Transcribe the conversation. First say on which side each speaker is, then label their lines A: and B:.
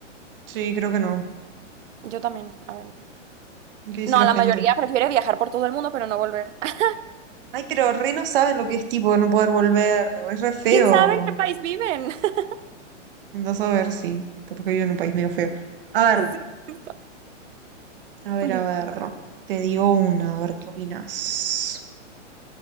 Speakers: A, on the right; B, on the right.
A: Sí, creo que no.
B: Yo también. A ver.
A: ¿Qué dice
B: No,
A: la
B: la
A: gente?
B: mayoría prefiere viajar por todo el mundo, pero no volver. <laughs>
A: Ay, pero re no saben lo que es tipo no poder volver. Es re feo.
B: ¿Quién sabe en qué país viven? <laughs>
A: Andás a ver, sí. Capaz que vivo en un país medio feo. A ver,
B: Sí, esto.
A: a ver, a
B: Dime.
A: ver. Te digo una, a ver qué opinas.